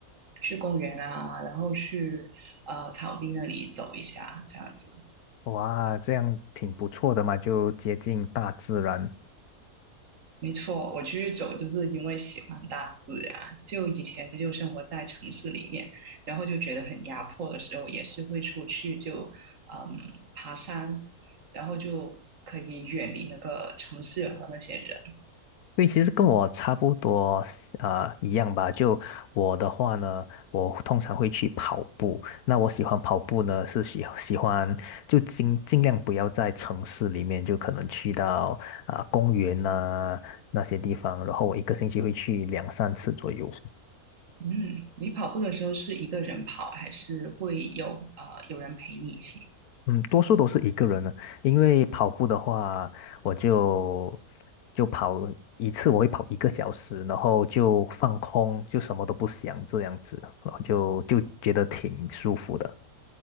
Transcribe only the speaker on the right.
去公园啊，然后去呃草地那里走一下，这样子。
没错，我居走就是因为喜欢大自然，就以前就生活在城市里面，然后就觉得很压迫的时候，也是会出去就嗯爬山，然后就可以远离那个城市和那些人。
嗯，你跑步的时候是一个人跑，还是会有呃有人陪你一起？